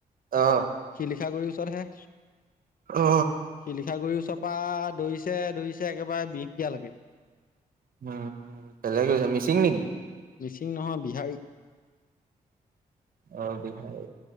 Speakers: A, on the right (about 60°); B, on the left (about 55°).
A: অ
B: শিলিখা গুৰি ওচৰতহে।
A: অ
B: শিলিখাগুৰিৰ ওচপা দৌৰিছে দৰিছে। একেবাই বিহপীয়া লেকে।
A: উম উম উম পালেগৈ। মিচিং নেকি?
B: মিচিং নহয় বিহাৰী।
A: অ বিহাই,